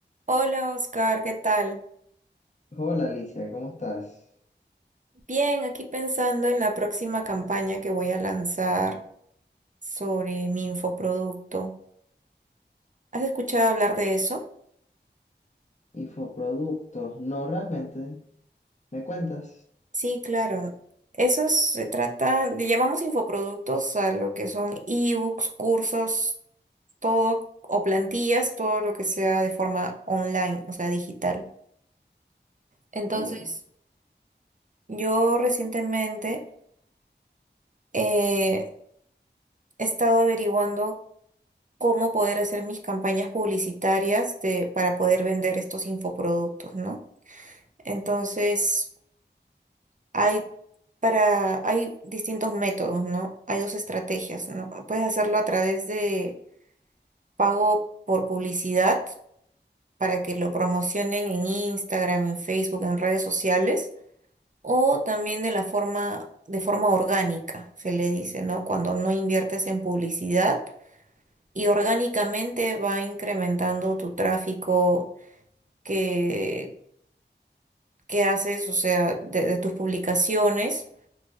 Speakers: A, on the right; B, on the left.
A: Hola Oscar, ¿qué tal?
B: Hola Alicia, ¿cómo estás?
A: Bien, aquí pensando en la próxima campaña que voy a lanzar sobre mi infoproducto. ¿Has escuchado hablar de eso?
B: Infoproductos. No, realmente, ¿me cuentas?
A: Sí, claro. Eso se trata, le llamamos infoproductos a lo que son ebooks, cursos, todo, o plantillas, todo lo que sea de forma online, o sea, digital. Entonces,
B: O-
A: yo recientemente eh, he estado averiguando cómo poder hacer mis campañas publicitarias de, para poder vender estos infoproductos, ¿no? Entonces, hay para, hay distintos métodos, ¿no? Hay dos estrategias, ¿no? Puedes hacerlo a través de pago por publicidad para que lo promocionen en Instagram, en Facebook, en redes sociales, o también de la forma, de forma orgánica, se le dice, ¿no? Cuando no inviertes en publicidad y orgánicamente va incrementando tu tráfico que, que haces, o sea, de, de tus publicaciones